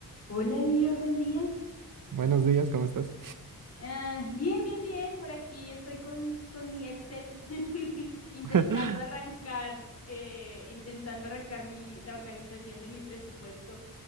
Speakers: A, on the left; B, on the right.
A: Hola, Lior, buen día.
B: Buenos días, ¿cómo estás?
A: Ah, bien, bien, bien. Por aquí estoy con, con mi Excel <laughs> intentando
B: <laughs>
A: arrancar, eh, intentando arrancar mi, la organización de mi presupuesto.